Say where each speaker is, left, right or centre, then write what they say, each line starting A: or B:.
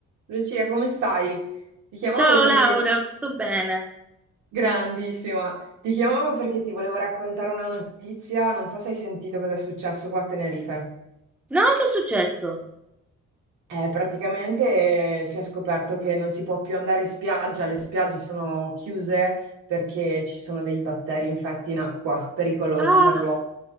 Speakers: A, on the right (about 80°); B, in the centre.
A: Lucia, come stai? Ti chiamavo
B: Ciao
A: perché...
B: Laura, tutto bene?
A: Grandissima! Ti chiamavo perché ti volevo raccontare una notizia, non so se hai sentito cosa è successo qua a Tenerife.
B: No, che è successo?
A: Eh, praticamente eh, si è scoperto che non si può più andare in spiaggia, le spiagge sono chiuse perché ci sono dei batteri infetti in acqua, pericolosi
B: Ah,
A: per l'uomo.